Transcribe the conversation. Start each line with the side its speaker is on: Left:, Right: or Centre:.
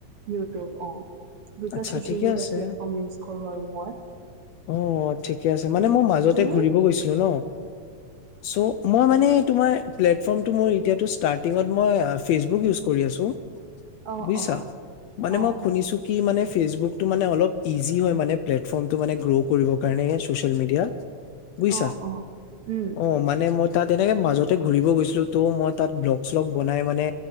Right: ইউটিউব অঁ দুটা
Left: আচ্ছা
Right: ছচিয়েল
Left: ঠিকে
Right: মিডিয়া
Left: আছে।
Right: প্লেটফৰ্ম ইউজ কৰোঁ আৰু মই।
Left: অঁ ঠিকে আছে, মানে
Right: উম
Left: মই মাজতে
Right: তুমি
Left: ঘূৰিব গৈছিলো ন। চ মই মানে তোমাৰ প্লেটফৰ্ম টো মোৰ এতিয়াটো ষ্টাৰ্টিংত মই আ ফেচবুক ইউজ কৰি আছো
Right: অ
Left: বুজিছা
Right: অ
Left: মানে
Right: অ
Left: মই শুনিছোঁ কি মানে ফেচবুকটো মানে অলপ ইজি হয় মানে প্লেটফৰ্মটো মানে গ্ৰো কৰিব কাৰণে ছ'চিয়েল মিডিয়াত বুজিছা
Right: অ অ উম
Left: অ মানে মই তাত এনেকে মাজতে ঘূৰিব গৈছিলো ত' মই তাত ব্লগ শ্লগ বনাই মানে